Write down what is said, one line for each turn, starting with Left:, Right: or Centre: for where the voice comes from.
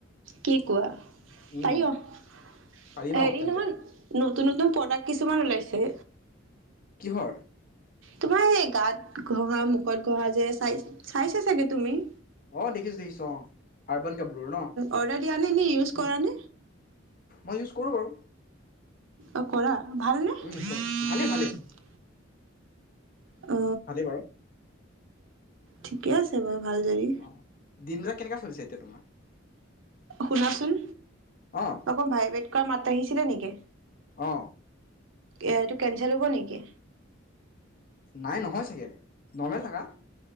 Right: কি কোৱা
Left: উম
Right: পাৰি অ হেৰি
Left: পাৰি ন তেন্তে
Right: নহয় নতুন নতুন প্ৰডাক্ট কিছুমান ওলাইছে
Left: কিহৰ?
Right: তোমাৰ এই গাত ঘঁহা মুখত ঘঁহা যে চাই চাইছে চাগে তুমি।
Left: অ দেখিছ দেখিছ অ আৰবান কাপোৰ ন
Right: অৰ্ডাৰ দিয়া নে নে ইউজ কৰা
Left: উম
Right: নে
Left: মই ইউছ কৰো বাৰু
Right: অ কৰা ভালনে
Left: উম
Right: <unintelligible>
Left: কৰো ভালে ভালে
Right: অ
Left: ভালেই বাৰু
Right: ঠিকেই আছে বাৰু ভাল যদি
Left: অ দিন ৰা। কেনেকা চলিছে এতিয়া তোমাৰ
Right: শুনাচোন
Left: অ
Right: অকম ভাই বেট কাৰ মাত আহিছিলে নেকি
Left: অ
Right: এতিয়া এইটো কেনচেল হ'ব নেকি
Left: নাই নহয় চাগে নৰ্মেল থাকা